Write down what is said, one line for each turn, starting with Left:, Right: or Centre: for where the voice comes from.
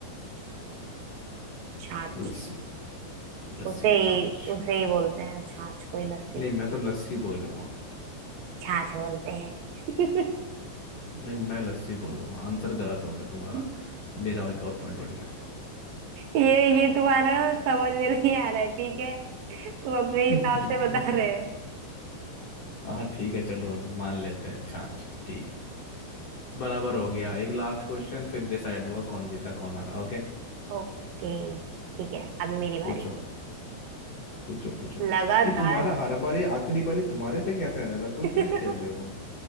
Right: छाछ
Left: लस्सी लस्सी
Right: उसे ही
Left: छाछ
Right: उसे ही बोलते हैं छाछ को ही लस्सी
Left: नहीं
Right: बोल
Left: मैं तो लस्सी बोलूंगा
Right: छाछ बोलते हैं
Left: नहीं मैं लस्सी बोलूंगा आंसर गलत हो गया तुम्हारा
Right: <laughs>
Left: मेरा एक और पॉइंट बढ़ गया
Right: ये ये तुम्हारा समझ में नहीं आ रहा है ठीक है तुम अपने
Left: <laughs>
Right: हिसाब से बता रहे
Left: हाँ ठीक है चलो मान लेते हैं छाछ ठीक है बराबर हो गया एक लास्ट क्वेश्चन फिर डिसाइड होगा कौन जीता कौन हारा ओके
Right: हो ओके ठीक है अभी मेरी बारी
Left: पूछो पूछो पूछो
Right: लगातार
Left: ये तुम्हारा हर बार ये आखिरी बारी तुम्हारे पे कैसे आ जाता कोई
Right: <laughs>
Left: ट्रिक खेल रहे हो तुम